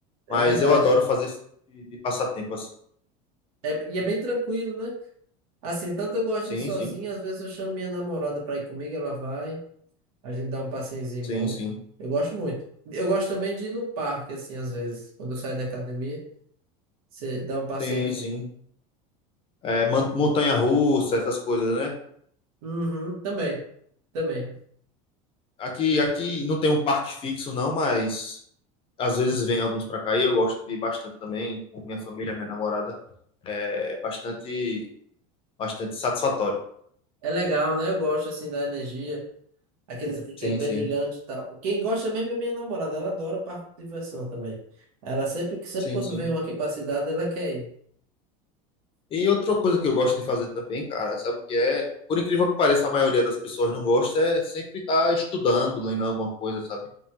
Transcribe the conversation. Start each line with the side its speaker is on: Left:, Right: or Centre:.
Right: é
Left: Mas
Right: verdade.
Left: eu adoro fazer esse tipo de, de passatempo assim.
Right: É- e é bem tranquilo, né? Assim, tanto eu gosto
Left: Sim,
Right: de ir sozinho,
Left: sim,
Right: às vezes eu chamo minha namorada pra ir comigo, ela vai, a gente dá um passeiozinho
Left: sim,
Right: bom.
Left: sim,
Right: Eu gosto muito. Eu gosto também de ir no parque, assim, às vezes. Quando eu saio da academia, você dá um passeiozinho.
Left: sim, sim. É, man- montanha-russa, essas coisas, né?
Right: Uhum, também, também.
Left: Aqui, aqui não tem um parque fixo, não, mas às vezes vem alguns para cá e eu gosto de ir bastante também, com minha família, minha namorada. É bastante, bastante satisfatório.
Right: É legal, né? Eu gosto, assim, da energia. Aqueles brinquedos
Left: Sim,
Right: bem
Left: sim,
Right: brilhantes e tal. Quem gosta mesmo é minha namorada, ela adora parque de diversão também. Ela sempre, sempre
Left: sim,
Right: quando
Left: sim.
Right: vem um aqui para cidade, ela quer ir.
Left: E outra coisa que eu gosto de fazer também, cara, sabe o que é? Por incrível que pareça, a maioria das pessoas não gosta, é sempre estar estudando, lendo alguma coisa, sabe?